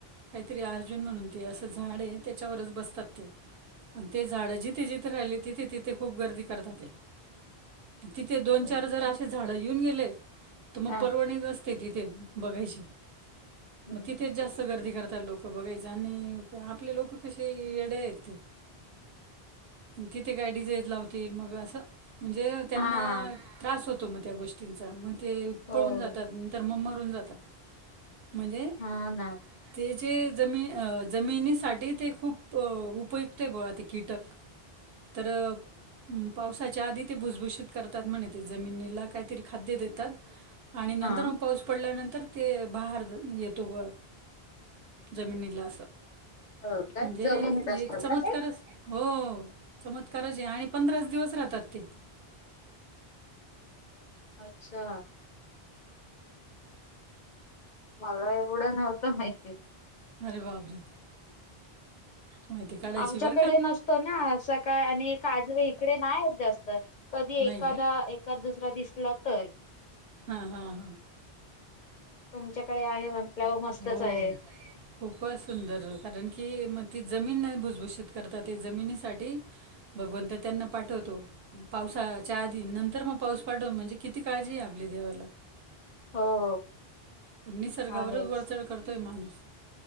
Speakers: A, on the right; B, on the left.
A: काहीतरी अर्जुन म्हणून ते असं झाडे त्याच्यावरच बसतात ते आणि ते झाड जिथ जिथे राहिली तिथे तिथे खूप गर्दी करता ते तिथे दोन
B: हो
A: चार जर
B: का?
A: असे झाडं येऊन गेले तर मग
B: हा
A: परवणीत असते तिथे बघायची,
B: हम्म.
A: मग तिथेच जास्त गर्दी करतात लोक. बघायचं आणि आपले लोक कसे येडे आहे ते तिथे काय डी. जे. लावतील मग असं म्हणजे त्यांना
B: हा
A: त्रास होतो मग त्या गोष्टींचा मग ते
B: हो
A: पळून जातात नंतर ममरून जातात म्हणजे
B: हा ना
A: ते जे जमी जमिनीसाठी ते खूप उपयुक्त बो ते कीटक तर पावसाच्या आधी ते भुसभूषित करतात म्हणे जमनी ला काहीतरी खाद्य देतात आणि नंतर
B: हा
A: मग पाऊस पडल्यानंतर ते बाहर येतो मग जमिनीनीला असं
B: हो काय
A: म्हणजे
B: जमिनीत असतात
A: एक चमत्कारच
B: का ते
A: हो चमत्कारच आहे आणि पंधराच दिवस राहतात ते
B: अच्छा मला एवढं नव्हतं माहिती.
A: अरे बापरे माहिती काढायची
B: आमच्याकडे
A: बरं का
B: नसतो ना सकाळी आणि काजवे इकडे नाही जास्त कधी
A: नाही
B: एखादा
A: का
B: एकाद दुसरा दिसला तर
A: हा हा हा.
B: तुमच्याकडे आहे म्हंटल्यावर मस्तच
A: हो
B: आहे.
A: खूपच सुंदर, कारण की मग ती जमीन नाही भुसभूषित करतात ते जमिनीसाठी भगवंत त्यांना पाठवतो. पावसाच्या आधी नंतर मग पाऊस पाठवून म्हणजे किती काळजी आहे आपली देवाला
B: हो.
A: निसर्गावर
B: आहेच
A: चाल करतोय माणुस